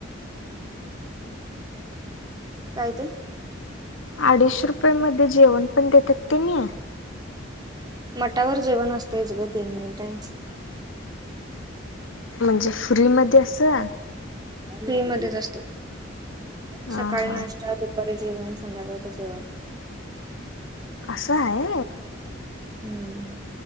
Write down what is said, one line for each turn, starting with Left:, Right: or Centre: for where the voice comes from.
Right: काय ते?
Left: अडीच रुपये मध्ये जेवणपण देत्यात तेनी?
Right: मटावर जेवण असतंयच गं, दोन टाईम.
Left: म्हणजे फ्रीमध्ये असं?
Right: फ्री मध्येच असतो,
Left: हा
Right: सकाळी
Left: हा
Right: नाश ता दुपारी जेवण, संध्याकाळचं जेवण.
Left: असं हाय?
Right: हम्म.